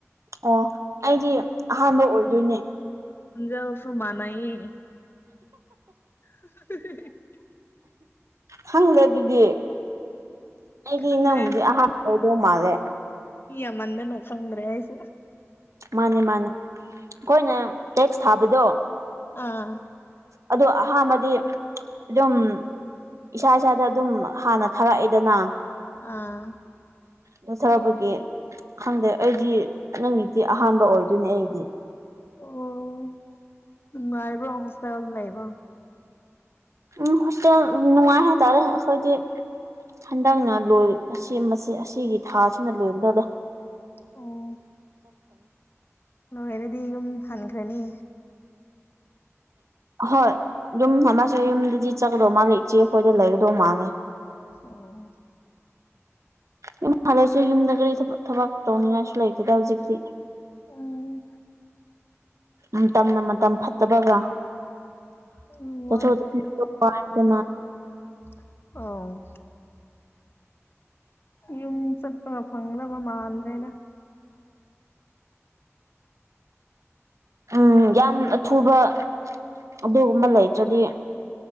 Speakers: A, on the right; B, on the left.
A: ꯑꯣ ꯑꯩꯗꯤ ꯑꯍꯥꯟꯕ ꯑꯣꯏꯗꯣꯏꯅꯦ
B: ꯖꯁꯨꯣ ꯃꯥꯅꯥꯌꯦ <inaudible>
A: ꯈꯪꯗꯦ ꯑꯗꯨꯗꯤ ꯑꯩꯗꯤ
B: ꯈꯪꯗ꯭ꯔꯦ
A: ꯅꯪꯕꯨꯗꯤ ꯑꯍꯥꯟꯕ ꯑꯣꯏꯗꯧ ꯃꯥꯜꯂꯦ
B: ꯏ ꯃꯗꯦ ꯅ ꯈꯪ꯭ꯔꯦꯁ
A: ꯃꯥꯅꯦ ꯃꯥꯅꯦ ꯑꯈꯣꯏꯅ ꯇꯦꯛꯁ ꯊꯥꯕꯗꯣ
B: ꯑꯥ
A: ꯑꯗꯣ ꯑꯍꯥꯟꯕꯗꯤ ꯑꯗꯨꯝ ꯏꯁꯥ ꯏꯁꯥꯗ ꯑꯗꯨꯝ ꯍꯥꯟꯅ ꯊꯥꯔꯛꯑꯦꯗꯅ
B: ꯑꯥ
A: ꯗꯣ ꯁꯔꯕꯒꯤ ꯈꯪꯗꯦ ꯑꯩꯗꯤ ꯅꯪꯒꯤꯗꯤ ꯑꯍꯥꯟꯕ ꯑꯣꯏꯗꯣꯏꯅꯦ ꯑꯩꯗꯤ
B: ꯑꯣ ꯉꯥꯏꯕ꯭ꯔꯣ ꯍꯣꯁꯄꯤꯇꯥꯜ ꯂꯩꯕ
A: ꯎꯝ ꯍꯣꯁꯇꯦꯜ ꯅꯨꯡꯉꯥꯏ ꯍꯥꯏꯇꯥꯔꯦ ꯑꯈꯣꯏꯗꯤ ꯍꯟꯗꯛꯅ ꯂꯣꯏ ꯑꯁꯤꯒꯤ ꯊꯥꯁꯤꯅ ꯂꯣꯏꯒꯗꯗ
B: ꯑꯣ ꯅꯣꯏꯅꯗꯤ ꯌꯨꯝ ꯍꯟꯈ꯭ꯔꯅꯤ
A: ꯍꯣꯏ ꯑꯗꯨꯝ ꯃꯃꯥꯁꯦ ꯌꯨꯝꯗꯗꯤ ꯆꯠꯀꯗꯧ ꯃꯥꯜꯂꯦ ꯏꯆꯦ ꯑꯩꯈꯣꯏꯗ ꯂꯩꯒꯗꯧ ꯃꯥꯜꯂꯦ
B: ꯑꯣ
A: ꯌꯨꯝ ꯍꯜꯂꯁꯨ ꯌꯨꯝꯗ ꯀꯔꯤ ꯊꯕꯛ ꯇꯧꯅꯤꯡꯉꯥꯏꯁꯨ ꯂꯩꯇꯦꯗ ꯍꯧꯖꯤꯛꯇꯤ
B: ꯎꯝ
A: ꯃꯇꯝꯅ ꯃꯇꯝ ꯐꯠꯇꯕꯒ
B: ꯎꯝ
A: ꯆꯦ
B: ꯑ ꯌꯨꯝ ꯆꯠꯄꯒ ꯐꯪꯗꯕ ꯃꯥꯟꯗ꯭ꯔꯦꯅ
A: ꯎꯝ ꯌꯥꯝ ꯑꯊꯨꯕ ꯑꯗꯨꯒꯨꯝꯕ ꯂꯩꯇ꯭ꯔꯗꯤ